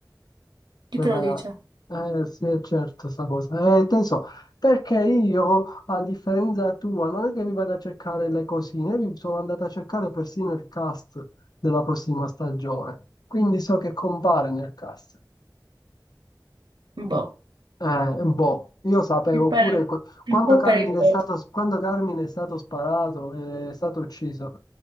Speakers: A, on the right; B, on the left.
A: Chi
B: Eh,
A: te
B: raga,
A: lo dice?
B: eh, sì, è certo sta cosa. Eh, te so, perché io, a differenza tua, non è che mi vado a cercare le cosine, mi sono andato a cercare persino il cast della prossima stagione. Quindi so che compare nel cast.
A: Boh,
B: Eh, boh, io sapevo
A: un po'
B: pure que- quando
A: un po'
B: Carmine
A: perché...
B: è stato, quando Carmine è stato sparato, eh, è stato ucciso,